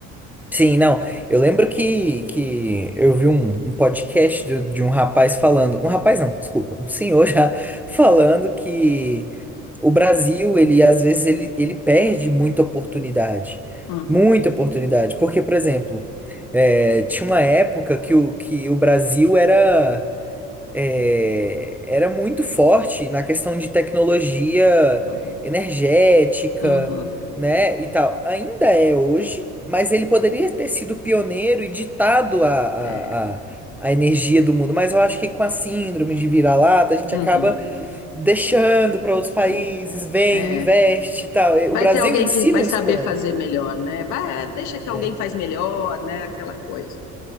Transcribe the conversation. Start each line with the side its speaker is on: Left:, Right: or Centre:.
Centre: Sim, não. Eu lembro que, que eu vi um, um podcast de, de um rapaz falando. Um rapaz não, desculpa, um senhor já <laughs> falando que o Brasil, ele às vezes ele, ele perde muita oportunidade.
Left: Uhum,
Centre: Muita oportunidade. Porque, por exemplo, eh, tinha uma época que o, que o Brasil era é, era muito forte na questão de tecnologia
Left: uhum,
Centre: energética,
Left: uhum,
Centre: né, e tal. Ainda é hoje, mas ele poderia ter sido pioneiro e ditado a, a,
Left: é,
Centre: a, a energia do mundo. Mas eu acho que com a síndrome de vira-lata, a gente
Left: uhum,
Centre: acaba deixando para outros
Left: sim,
Centre: países, vem,
Left: é.
Centre: investe e tal.
Left: Vai
Centre: O Brasil
Left: ter alguém
Centre: em
Left: que
Centre: si
Left: vai
Centre: não
Left: saber
Centre: explora,
Left: fazer melhor, né? Vai, deixa que
Centre: né?
Left: alguém faz melhor, né? Aquela coisa.